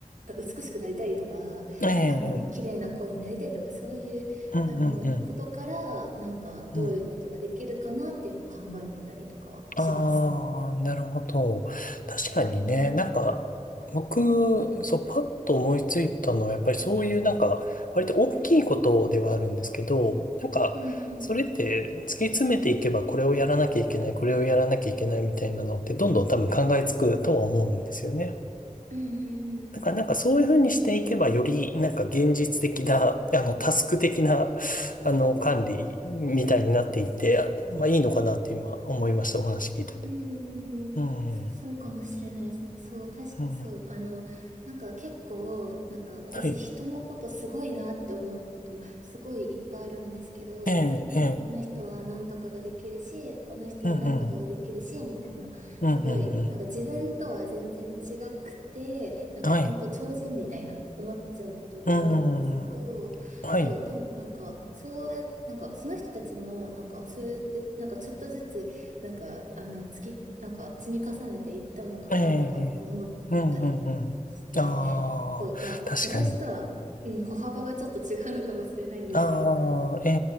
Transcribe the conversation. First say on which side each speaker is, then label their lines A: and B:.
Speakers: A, on the right; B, on the left.
A: <laughs> 美しくなりたいとか、
B: ええ、ええ
A: あの、綺麗な声になりたいとか、そういうあの、
B: うん、うん、うん。
A: ことから、なんか、どういうことができるかなっていうのを考えたりとかはします。
B: うんああ、なるほど。確かにね、
A: うん。
B: なんか、僕、そう、パッと思いついたのは、やっぱりそういうなんか、割と大きいことではあるんですけど、なんか、
A: うん
B: それって突き詰めていけば、これをやらなきゃいけない、これをやらなきゃいけないみたいなのって、どんどん多分考えつくとは思うんですよね。
A: うんうんうんうん
B: だからなんかそういうふうにしていけば、よりなんか現実的な、あの、タスク的な、あの、管理みたいになっていって、まあいいのかなって今思いました、お話聞いてて。
A: うーん、
B: うん、
A: そうかもしれないですね。
B: うん、
A: そう、確か、
B: は
A: そう、あの、なんか結構、なんか私人のことすごいなって思うこと、
B: い。
A: すごいいっぱいあるんですけど、
B: ええ、
A: なんかこの人はなんとかができるし、
B: ええ、
A: この人はなんとかができるし、
B: うん、うん、
A: みたいな、
B: うん、
A: すごい、
B: うん、う
A: なんか自分とは全然違くて、なんか本当超人みたいな思っちゃうことがあるんですけど、
B: ん。はい。うん、はい。
A: そう、でもなんか、そうや、なんかその人たちも、なんかそうやって、なんかちょっとずつ、なんか、あの、月、なんか積み重ねていったのかなとか思ったりして、
B: ええ、ええうん、うん、うん。ああ、
A: <laughs> そう、まあ、
B: 確かに。
A: 私とは、うん、歩幅がちょっと違うのかもしれないんですけど。
B: ああ、え